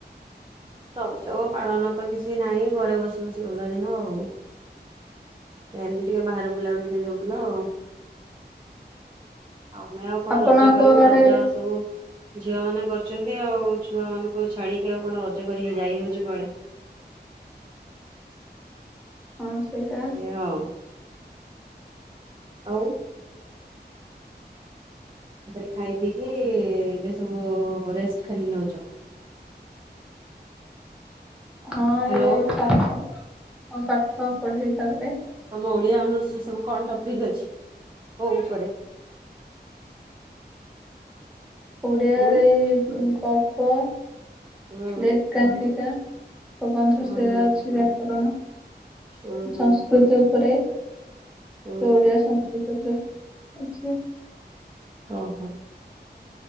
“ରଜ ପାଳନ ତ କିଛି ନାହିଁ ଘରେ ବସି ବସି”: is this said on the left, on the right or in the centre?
Right